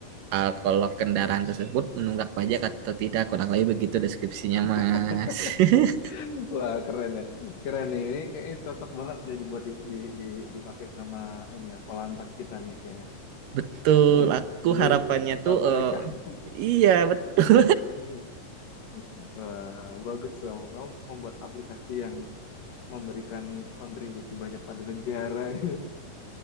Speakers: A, on the right (about 85°); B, on the left (about 80°).
A: uh, kalau kendaraan tersebut menunggak pajak atau tidak. Kurang lebih begitu deskripsinya, Mas.
B: <laughs>
A: <laughs>
B: Wah, keren ya. Keren nih. Ini kayaknya cocok banget nih dibuat di, di, di- dipakai sama ini ya, Polantas kita nih kayaknya.
A: Betul,
B: Iya,
A: aku
B: jadi
A: harapannya
B: saat
A: tuh eh,
B: mereka <laughs>
A: iya betul
B: Hmm. Wah, bagus kamu. Kamu membuat aplikasi yang memberikan kontribusi banyak pada negara. <laughs>